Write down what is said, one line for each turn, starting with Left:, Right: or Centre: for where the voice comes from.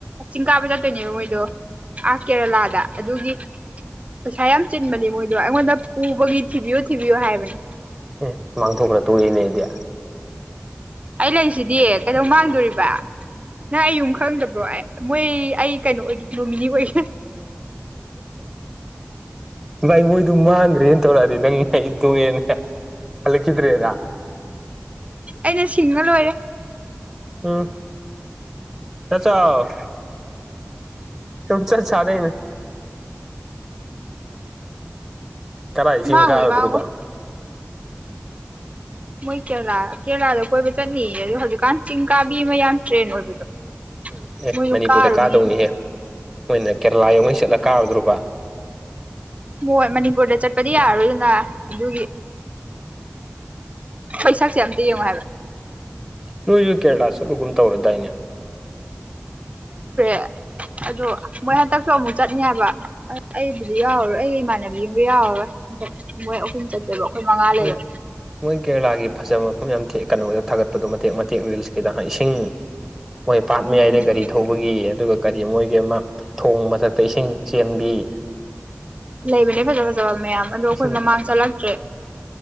Right: ꯆꯤꯡ ꯀꯥꯕ ꯆꯠꯇꯣꯏꯅꯦꯕ ꯃꯣꯏꯗꯣ ꯑꯥ ꯀꯦꯔꯂꯥꯗ ꯑꯗꯨꯒꯤ ꯄꯩꯁꯥ ꯌꯥꯝ ꯆꯤꯟꯕꯅꯦ ꯃꯣꯏꯗꯣ ꯑꯩꯉꯣꯟꯗ ꯄꯨꯕꯒꯤ ꯊꯤꯕꯤꯌꯨ ꯊꯤꯕꯤꯌꯨ ꯍꯥꯏꯕꯅꯦ
Centre: ꯑꯦ ꯃꯥꯡꯊꯣꯛꯈ꯭ꯔ ꯇꯣꯛꯏꯦꯅꯦ ꯑꯩꯗꯤ
Right: ꯑꯩ ꯂꯩꯁꯤꯗꯤ ꯀꯩꯗꯧ ꯃꯥꯡꯗꯣꯔꯤꯕ ꯅꯪ ꯑꯩ ꯌꯨꯝ ꯈꯪꯗꯕ꯭ꯔꯣ ꯑꯩ ꯃꯣꯏ ꯑꯩ ꯀꯩꯅꯣ ꯑꯣꯏꯒꯦ ꯅꯣꯃꯤꯅꯤ ꯑꯣꯏꯒꯦ
Centre: ꯚꯥꯏ ꯃꯣꯏꯗꯨ ꯃꯥꯡꯈ꯭ꯔꯦꯅ ꯇꯧꯔꯛꯑꯗꯤ ꯅꯪ ꯉꯩꯗꯣꯛꯑꯦꯅ ꯍꯂꯤ ꯀꯗ꯭꯭ꯔꯔꯤ ꯑꯗꯨꯗ
Right: ꯑꯩꯅ ꯁꯤꯡꯉ ꯂꯣꯏꯔꯦ
Centre: ꯑꯝ ꯆꯆ ꯁꯆ ꯁꯔꯅꯦ <unintelligible> ꯀꯗꯥꯏ ꯏꯁꯤꯡ
Right: ꯃꯥꯡꯉꯣꯏ
Centre: ꯀꯥꯔꯗꯣꯕ
Right: ꯃꯥꯡꯉꯣꯏ ꯃꯣꯏ ꯀꯦꯔꯂꯥ ꯀꯦꯔꯂꯥꯗ ꯀꯣꯏꯕ ꯆꯠꯅꯤꯌꯦ ꯑꯗꯣ ꯍꯧꯖꯤꯛꯀꯥꯟ ꯆꯤꯡ ꯀꯥꯕꯤ ꯑꯃ ꯌꯥꯝ ꯇ꯭ꯔꯦꯟ ꯑꯣꯏꯕꯗꯣ
Centre: ꯎꯝ ꯑꯦ
Right: ꯃꯣꯏꯗꯣ
Centre: ꯃꯅꯤꯄꯨꯔꯗ
Right: ꯀꯥꯔꯨꯅꯤ
Centre: ꯀꯥꯗꯧꯅꯤꯍꯦ ꯃꯣꯏꯅ ꯀꯦꯔꯂꯥ ꯌꯧꯉꯩ ꯆꯠꯂ ꯀꯥꯔꯨꯗ꯭ꯔꯣꯕ
Right: ꯍꯣꯏ ꯃꯅꯤꯄꯨꯔꯗ ꯆꯠꯄꯗꯤ ꯌꯥꯔꯣꯏꯗꯅ ꯑꯗꯨꯒꯤ ꯄꯩꯁꯥꯛꯁꯦ ꯑꯝꯇ ꯌꯦꯡꯉꯣ ꯍꯥꯏꯕ
Centre: ꯅꯣꯏꯁꯨ ꯀꯦꯔꯂꯥ ꯆꯠꯂꯨꯒꯨꯝ ꯇꯧꯔꯗꯥꯏꯅꯦ
Right: <unintelligible> ꯑꯗꯣ ꯃꯣꯏ ꯍꯟꯗꯛꯁꯨ ꯑꯃꯨꯛ ꯆꯠꯅꯦ ꯍꯥꯏꯕ ꯑꯁ ꯑꯩꯕꯨꯗꯤ ꯌꯥꯎꯔꯔꯣꯏ ꯑꯩꯒ ꯏꯃꯥꯟꯅꯕꯤꯒꯕꯨ ꯌꯥꯎꯔꯔꯣꯏ ꯍꯟ ꯃꯣꯏ ꯑꯍꯨꯝ ꯆꯠꯇꯦꯕꯣ ꯑꯩꯈꯣꯏ ꯃꯉꯥ ꯂꯩꯕ
Centre: ꯃꯣꯏ ꯃꯣꯏ ꯀꯦꯔꯂꯥꯒꯤ ꯐꯖꯕ ꯃꯐꯝ ꯌꯥꯝ ꯀꯩꯅꯣꯗ ꯊꯥꯒꯠꯄꯗꯨꯣ ꯃꯇꯦꯛ ꯃꯇꯦꯛ ꯔꯤꯜꯁꯀꯤꯗꯥꯟ ꯏꯁꯤꯡ ꯃꯣꯏ ꯄꯥꯠ
Right: ꯎꯝ
Centre: ꯃꯌꯥꯏꯗ
Right: ꯎꯝ
Centre: ꯒꯥꯔꯤ ꯊꯧꯕꯒꯤ ꯑꯗꯨꯒ ꯀꯔꯤ ꯃꯣꯏꯒꯤ ꯑꯃ ꯊꯣꯡ ꯃꯊꯛꯇ ꯏꯁꯤꯡ ꯆꯦꯟꯕꯤ
Right: ꯂꯩꯕꯅꯦ ꯐꯖ ꯐꯖꯕ ꯃꯌꯥꯝ ꯑꯗꯣ ꯑꯩꯈꯣꯏ
Centre: ꯏꯁꯤꯡ
Right: ꯃꯃꯥꯡ ꯆꯠꯂꯛꯇ꯭ꯔꯦ